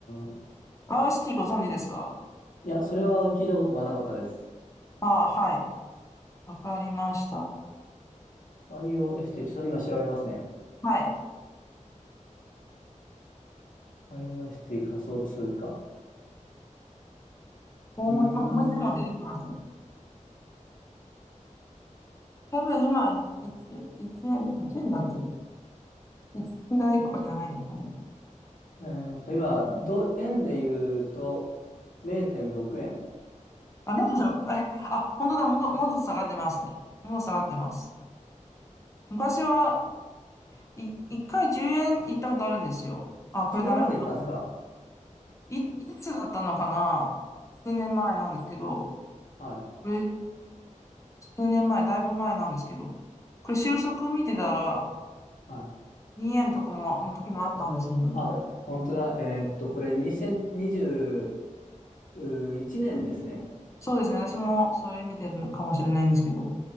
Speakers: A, on the left (about 85°); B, on the left (about 25°).
A: ん。い
B: RST ご存知ですか
A: や、それは聞いたことがなかったです。
B: ああ、はい。わかりました。
A: i o s t ちょっと今調べますね。
B: はい。
A: i o s t 仮想通貨。
B: 大文字、
A: うーん。
B: ま小文字でも出てきます。多分今、いい1円、1円だっけ ?1 台とかじゃないんですかね。
A: えーっと、今、ド、円で言うと0.6円。
B: あ、なんだろう。えあ、本当だ。も、もっと下がってますね。もっと下がってます。昔は、い、1回10円行ったことあるんですよ。あ、これダメだな。
A: 10円まで行ったんですか
B: い、いつだったのかな数年前なんですけど、
A: はい。
B: これ、数年前、だいぶ前なんですけど、これ収束見てたら、
A: はい。
B: 2円とかも、の時もあったんですもんね。
A: あ、本当だ。えーっと、これ2021年ですね。
B: そうですね。私もそれ見てるかもしれないんですけど。